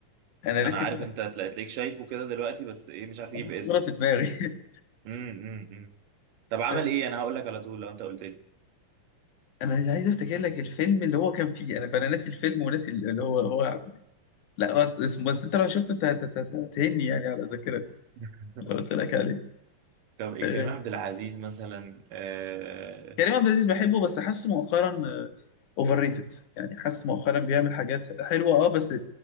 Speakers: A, on the left (about 60°); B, on the right (about 65°).
A: انا ناسي
B: انا عارف
A: كل
B: انت
A: حاجة
B: هتلا- تلاقيك شايفه كده دلوقتي بس ايه مش عارف تجيب
A: انا الصورة
B: اسمه
A: في دماغي <laughs>
B: امم إمم، إمم. طب عمل
A: آه،
B: ايه انا هقول لك على طول لو انت قلت لي
A: انا عايز افتكر لك الفيلم اللي هو كان فيه انا فانا ناسي الفيلم وناسي اللي هو هو عامل إيه. لا بس اسمه بس انت لو شفته انت هت- هت- هت- هتهني يعني على ذاكرتي
B: <laughs>
A: لو قلت لك عليه
B: طب إيه،
A: آه،
B: كريم عبد العزيز مثلا آه...
A: كريم عبد العزيز بحبه بس حاسه مؤخرا آه، اوفر ريتد يعني حاسس مؤخرا بيعمل حاجات حلوه اه بس